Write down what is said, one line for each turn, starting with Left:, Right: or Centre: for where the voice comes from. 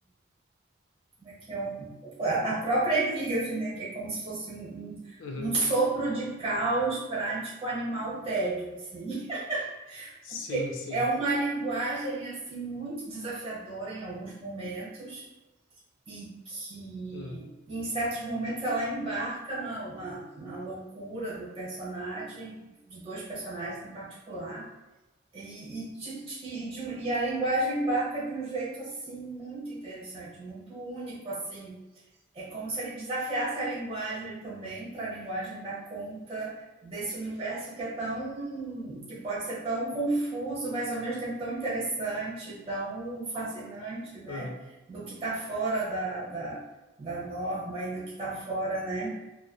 Right: como é que é um- a a própria epígrafe, né, que é como se fosse um,
Left: Uhum.
Right: um, um sopro de caos para tipo animar o tédio, assim. <laughs>
Left: Sim,
Right: Porque
Left: sim.
Right: é uma linguagem assim muito desafiadora em alguns momentos e que
Left: Uhum.
Right: em certos momentos ela embarca na, na, na loucura do personagem, de dois personagens em particular. E, e, te- te- e, de um- e a linguagem embarca de um jeito assim muito interessante, muito único assim, é como se ele desafiasse a linguagem também, para a linguagem dar conta desse universo que é tão, que pode ser tão confuso, mas ao mesmo tempo tão interessante, tão fascinante, né?
Left: Aham.
Right: Do que está fora da, da, da norma e do que está fora, né?